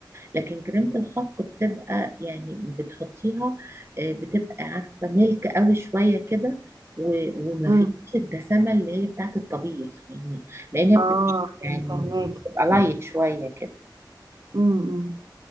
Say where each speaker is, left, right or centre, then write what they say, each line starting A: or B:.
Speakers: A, on the right (about 30°); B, on the right (about 60°).
A: لكن كريمة الخفق بتبقى يعني بتحطيها آه، بتبقى عارفة ملك قوي شوية كده و- وما
B: امم
A: فيش الدسامة اللي هي بتاعت الطبيخ يعني لأن هي
B: اه
A: بت-
B: فاهم-
A: يعني
B: فهماكي
A: بتبقى لايت شوية كده
B: امم امم